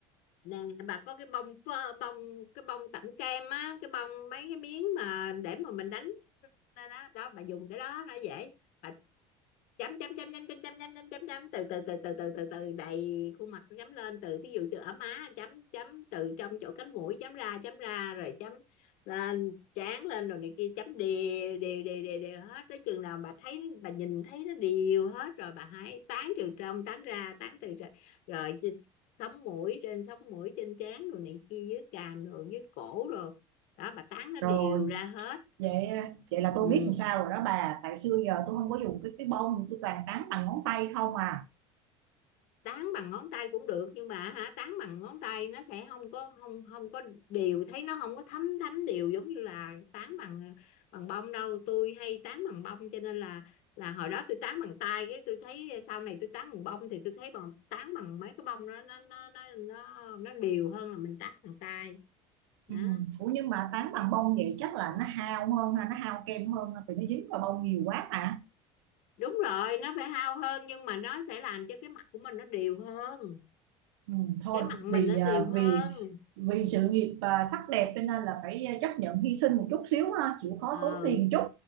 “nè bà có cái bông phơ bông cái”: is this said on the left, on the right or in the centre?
Left